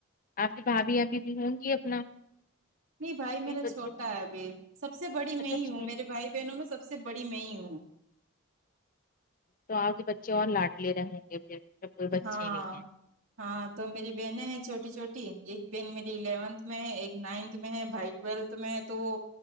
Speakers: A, on the left (about 40°); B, on the right (about 70°).
A: آپ کی بھابھی ابھی بھی ہوں گی اپنا
B: نہیں بھائی میرا چھوٹا
A: بچے اچھا
B: ہے ابھی سب سے بڑی میں
A: اچھا اچھے
B: ہوں میرے بھائی بہنوں میں سب سے بڑی میں ہوں
A: تو آپ کے بچے اور لاڈلے رہیں گے پھر جب کوئی بچے
B: ہاں
A: نہیں ہے
B: ہاں تو میری بہنیں ہیں چھوٹی چھوٹی ایک بہن میری الیونتھ میں ہے ایک نائنت میں ہے بھائی ٹویلتھ میں تو وہ